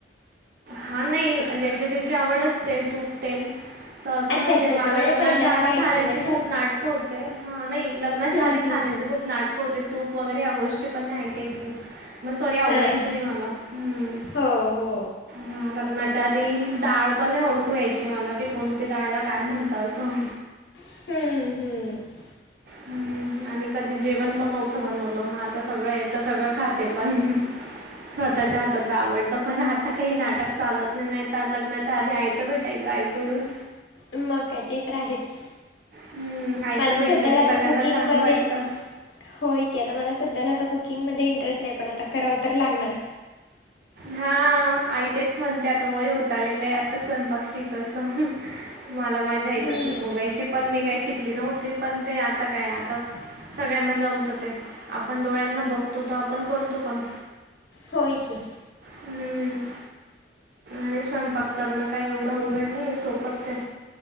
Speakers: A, on the right; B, on the left.
A: हा नाही ज्याच्या त्याची आवड असते तूप तेल. सहसा
B: अच्छा
A: म्हणजे
B: अच्छा
A: मला
B: अच्छा
A: लग्नाच्या
B: पहिल्यांदा
A: आधी
B: ऐकलं
A: खाण्याची
B: ना
A: खूप नाटक होते हा नाही लग्नाच्या
B: हम्म
A: आधी
B: हम्म
A: खाण्याचे
B: हम्म
A: खूप नाटकं होते तूप वगैरे ह्या गोष्टी पण नाही ऐकायचे. मगं सॉरी आवडायचं
B: हां
A: नाहीं मला हम्मं.
B: हो हो.
A: हां लग्नांच्या आधी डाळ पण नाही ओळखू यायची मला की कोणती दाळला काय म्हणतं असं.
B: हम्मं हम्मं.
A: हम्म आणि कधी जेवण पण न्हवत बनवलं मग आता सगळं येतं सगळं खाते पण स्वतःच्या हाताच आवडतं पणं आता कांहीं नाटकं चालतं नाहीं नाहीं. लग्नाच्या आधी आयत भेटायचं आईकडून
B: मग काय ते तर आहेच.
A: हं, आयतं
B: माझ्या
A: भेटलं
B: सध्यांला
A: की
B: आता
A: सगळ्यांना
B: कुकिंगमंध्ये
A: चांगलं वाटतं.
B: होय की आता मला सध्याला आता कुकिंगमध्ये इंटरेस्ट नाही पण आता करावं तर लागणार.
A: हा आई तेच म्हणते आता वय होत आलेलं आहे आता स्वयंपाक शिक अस. मला माझी आई
B: हम्म
A: तर तसंच बोलायची पणं मी काय शिंकली नव्हती. पणं ते आता कायं आता सगळ्यांना जमतं ते आपण डोळ्यांना बघतो त आपण करतो पण
B: होय की.
A: हम्मं आणि स्वयंपाक करणं काय एवढं उघडं नाहींये सोपं ये.